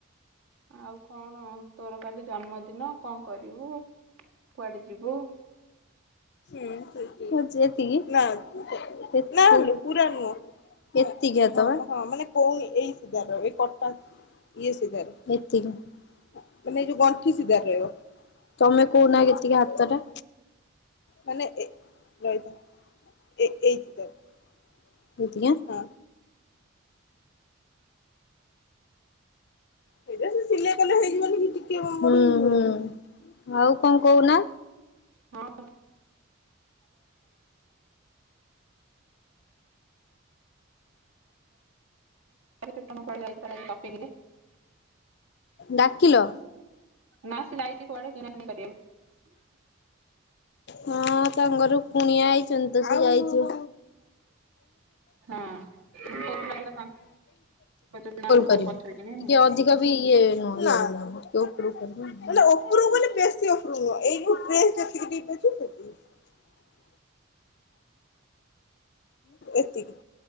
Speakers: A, on the right; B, on the left.
A: ଆଉ କଣ ତୋର କାଲି ଜନ୍ମଦିନ କଣ କରିବୁ କୁଆଡେ ଯିବୁ।
B: ହୁଁ ସେ <unintelligible> ହଛି ଏତିକି ନା। ସେନା <unintelligible> ହେଲୁ ପୁରା ନୁହ। ଏତିକି ତମ ହଁ ମାନେ କହୁ ଏଇ ସିଧାର ଏ କଟା ଇଏ ସିଧାରେ। ମାନେ ଏଇ ଯୋଉ ଗଣ୍ଠି ସିଧା ରହିବ। ତମେ କୋହୁନା କେତିକି ହାତଟା। ମାନେ ଏ ରହିଥ ଏ ଏଇ ଚିଧାରୁ। ଯଦିଆ ହ। ସେଇଟା ସେ ସିଲେଇ କଲେ ହେଇଯିବ ନୀ କି ଟିକେ ହୁଁ ହୁଁ। ଆଉ କଣ କହୁନ।
A: ହଁ। <unintelligible> କଟଣ <unintelligible> <unintelligible>
B: ଡାକିଲ।
A: ନା ଯାଇଛି କୁଆଡ଼େ କିଣା କିଣି କରିବାକୁ।
B: ହଁ। ସାଙ୍ଗରୁ କୁଣିଆ ହେଇଛନ୍ତି ତ ସ <unintelligible> ଯାଇ ଗୋଲ
A: ହଁ। ବୋଉ କହିଲା ତାଙ୍କ ପଛରେ କିଣା ହବ ମୋ
B: କରିବୁ
A: ପଛରେ କିଣିବା
B: ଟିକେ
A: ହୁଁ
B: ଅଧିକ ବି ଇଏ ନୁହନ୍ତି। ନାଁ <unintelligible> କେଉ ଉପରକୁ କରିବ। ମାନେ ଉପରୁ ବେ ବେଶୀ ଉପରୁ ନୁହଁ। ଏଇ ଯୋ ଡ୍ରେସ ଦେଖିକି। <inaudible> ଏତିକି